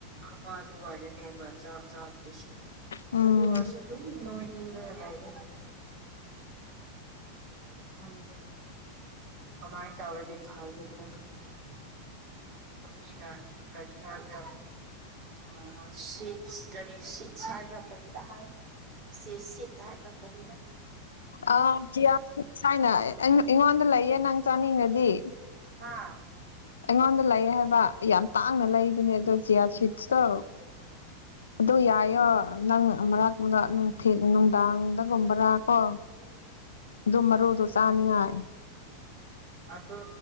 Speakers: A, on the right; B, on the left.
A: ꯑꯃ ꯑꯗꯨꯋꯥꯏꯗꯅꯦꯕ ꯆꯥꯛ ꯆꯥꯕꯗꯨꯁꯨ
B: ꯎꯝ
A: ꯑꯗꯨ ꯑꯣꯏꯔꯁꯨ ꯑꯗꯨꯝ ꯅꯣꯏꯅꯤꯡꯉ ꯂꯩꯔꯦꯅꯦ ꯈꯪꯗꯦ ꯀꯃꯥꯏꯅ ꯇꯧꯔꯗꯤ ꯐꯥꯈꯤꯗꯔꯥ ꯈꯪꯗꯦ ꯕꯤꯅ ꯀ <inaudible> ꯎ ꯁꯤꯠꯁ ꯀꯔꯤ ꯁꯤꯠꯁ ꯍꯥꯏꯕ꯭ꯔꯥ ꯀꯔꯤꯔ ꯍꯥꯏꯅꯦ ꯁꯤꯁꯤ ꯇꯔ ꯄ ꯀꯔꯤꯔ <inaudible>
B: ꯑꯥ ꯆꯤꯌꯥ ꯁꯥꯏꯅ ꯑꯩꯉꯣꯟꯗ ꯂꯩꯌꯦ ꯅꯪ ꯆꯥꯅꯤꯡꯈ꯭ꯔꯗꯤ
A: ꯍꯥꯥ
B: ꯑꯩꯉꯣꯟꯗ ꯂꯩ ꯍꯥꯏꯕ ꯌꯥꯝ ꯇꯥꯡꯅ ꯂꯩꯕꯅꯦ ꯑꯗꯣ ꯖꯤꯌꯥ ꯁꯤꯠꯁꯇꯣ
A: <unintelligible>
B: ꯑꯗꯨ ꯌꯥꯏꯌꯣ ꯅꯪ ꯃꯔꯛ ꯅꯨꯡꯊꯤ ꯅꯨꯡꯗꯥꯡꯗꯒꯨꯝꯕꯔꯥ ꯀꯣ ꯑꯗꯨ ꯃꯔꯨꯗꯨ ꯆꯥꯅꯤꯡꯉꯥꯢ
A: ꯑꯗꯨ